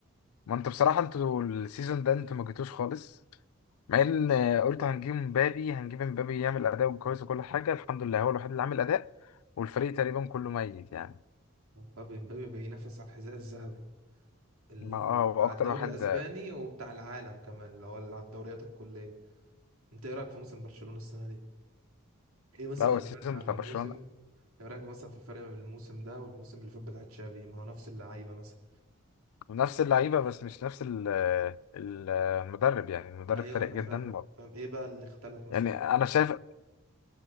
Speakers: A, on the left; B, on the right.
A: ما انتوا بصراحه انتوا السيزون ده انتوا ما جيتوش خالص مع ان آه، قلت هنجيب مبابي هنجيب مبابي يعمل اداء كويس وكل حاجه الحمد لله هو الوحيد اللي عامل اداء والفريق تقريبا كله ميت يعني
B: مبابي مبابي بينافس على الحذاء الذهبي ال...
A: ما اه هو
B: بتاع
A: اكتر
B: الدوري
A: واحد
B: الاسباني وبتاع العالم كمان اللي هو اللي على الدوريات الكليه انت ايه رايك في موسم برشلونه السنه دي ايه مثلا
A: لا هو
B: الفرق
A: السيزون
B: عن
A: بتاع
B: الموسم
A: برشلونه
B: ايه رايك مثلا في الفرق بين الموسم ده والموسم اللي فات بتاع تشافي ما هو نفس اللعيبه مثلا
A: نفس اللعيبة بس مش نفس ال- ال- المدرب يعني المدرب
B: ايوه
A: فارق
B: انا
A: جدا
B: فاهم
A: برضه
B: انا فاهم ايه بقى اللي اختلف مثلا
A: يعني
B: بالنسبة
A: أنا شايف
B: لك؟